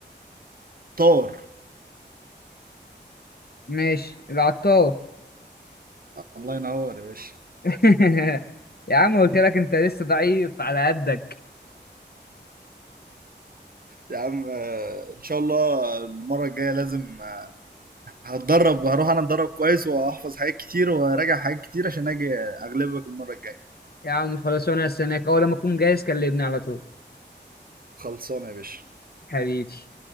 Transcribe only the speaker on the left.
ماشي العطار
<laughs> يا عم قلت لك انت لسه ضعيف على قدك
يا عم خلاص وانا هستناك اول لما اكون جاهز كلمني على طول
حبيبي